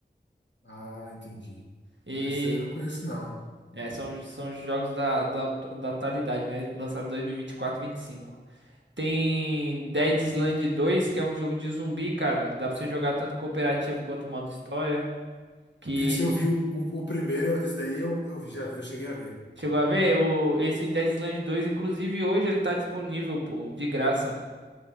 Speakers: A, on the left; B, on the right.
A: ah, entendi.
B: E
A: Mas Esse aí eu não conheço, não.
B: é, são são os jogos da da, da atualidade, né? Lançado em 2024, 25. Tem Dead Island 2, que é um jogo de zumbi, cara. Dá pra você jogar tanto cooperativo quanto modo história. Que
A: Esse eu vi o, o, o primeiro, esse daí eu, eu vi, já eu cheguei a ver.
B: chegou a ver o... esse Dead Island 2, inclusive hoje ele tá disponível, pô, de graça